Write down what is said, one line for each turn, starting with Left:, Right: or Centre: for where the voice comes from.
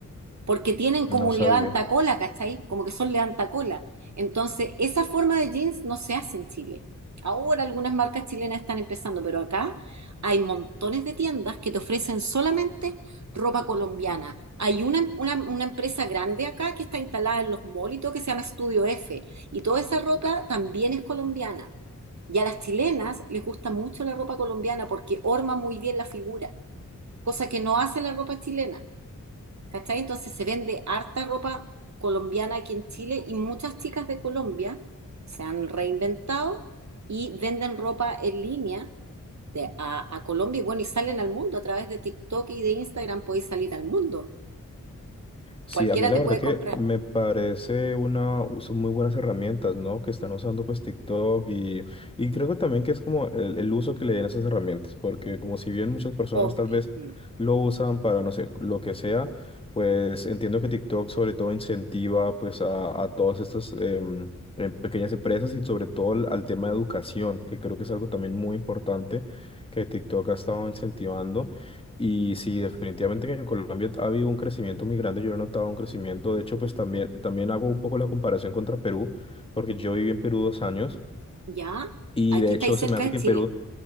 Right: porque tienen
Left: No
Right: como un
Left: sabía.
Right: levantacola, ¿cachai? Como que son levantacola. Entonces, esa forma de jeans no se hace en Chile. Ahora algunas marcas chilenas están empezando, pero acá hay montones de tiendas que te ofrecen solamente ropa colombiana. Hay una, una- una empresa grande acá que está instalada en los malls y todo, que se llama Estudio F, y toda esa ropa también es colombiana. Y a las chilenas les gusta mucho la ropa colombiana porque orma muy bien la figura, cosa que no hace la ropa chilena. ¿Cachai? Entonces se vende harta ropa colombiana aquí en Chile y muchas chicas de Colombia se han reinventado y venden ropa en línea de, a, a Colombia y bueno, y salen al mundo a través de TikTok y de Instagram podéis salir al mundo.
Left: Sí,
Right: Cualquiera
Left: a mí la
Right: te
Left: verdad
Right: puede
Left: que
Right: comprar,
Left: me parece una, son muy buenas herramientas, ¿no? Que están usando pues TikTok y, y creo que también que es como el, el uso que le den a esas herramientas, porque como si bien muchas personas
Right: obvio.
Left: tal vez
Right: Mm.
Left: lo usan para, no sé, lo que sea, pues entiendo que TikTok sobre todo incentiva pues a, a todas estas em, em, pequeñas empresas y sobre todo al, al tema de educación, que creo que es algo también muy importante que TikTok ha estado incentivando. Y sí, definitivamente que en Colombia ha habido un crecimiento muy grande, yo lo he notado un crecimiento, de hecho, pues también, también hago un poco la comparación contra Perú, porque yo viví en Perú dos años
Right: ¿Ya?
Left: y
Right: Aquí
Left: de hecho
Right: estáis cerca
Left: se me hace
Right: de
Left: que
Right: Chile.
Left: en Perú